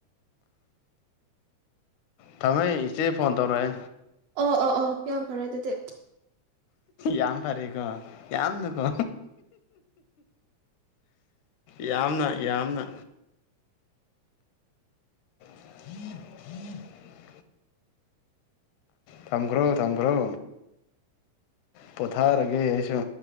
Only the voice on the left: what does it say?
ꯊꯃꯦ ꯏꯆꯦ ꯐꯣꯟ ꯇꯧꯔꯛꯑꯦ
ꯌꯥꯝ ꯐꯔꯦꯀꯣ ꯌꯥꯝꯅꯀꯣ ꯌꯥꯝꯅ ꯌꯥꯝꯅ <inaudible> ꯊꯝꯈ꯭ꯔꯣ ꯊꯝꯈ꯭ꯔꯣ ꯄꯣꯊꯥꯔꯒꯦ ꯑꯩꯁꯨ